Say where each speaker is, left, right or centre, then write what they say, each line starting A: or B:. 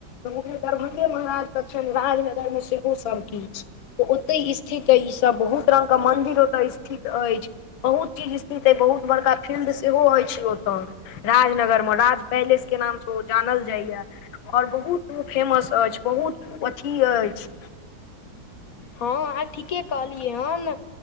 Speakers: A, on the left; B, on the left.
A: ओ दरभङ्ंगे महाराजके छनि राजनगरमे सेहो सब किछु। ओते स्थित अय ई सब बहुत रंगग के मंदिर ओते स्थित अछि बहुत चीज बहुत बड़का फील्ड सेहो हय छैय ओते राजनगर में राज पैलेस के नाम से जानल जाइए आओर बहुत ओ फेमस अछि बहुत ओ अथी अछि।
B: हँ आ ठीके कहलियै हन